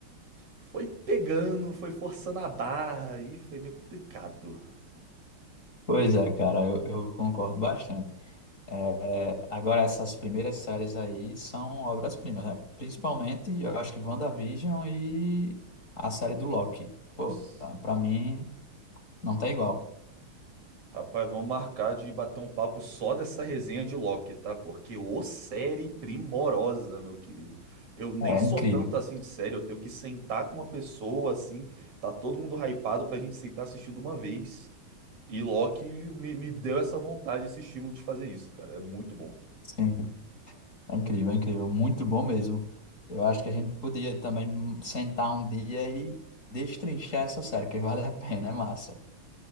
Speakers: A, on the right; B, on the left.
A: foi pegando, foi forçando a barra e foi meio complicado.
B: Pois é, cara, eu, eu concordo bastante. É, agora, essas primeiras séries aí são obras-primas, né? Principalmente, eu acho que WandaVision e a série do Loki. Pô,
A: Nossa.
B: tá- pra mim, não tem igual.
A: Rapaz, vamos marcar de bater um papo só dessa resenha de Loki, tá? Porque ô série primorosa, meu querido. Eu nem
B: É
A: sou
B: incrível.
A: tanto assim de série, eu tenho que sentar com uma pessoa assim, tá todo mundo hypado pra gente sentar e assistir de uma vez. E Loki me, me deu essa vontade, esse estímulo de fazer isso, cara. É muito bom.
B: Sim, é incrível, é incrível. Muito bom mesmo. Eu acho que a gente podia também sentar um dia e destrinchar essa série, que vale a pena, é massa.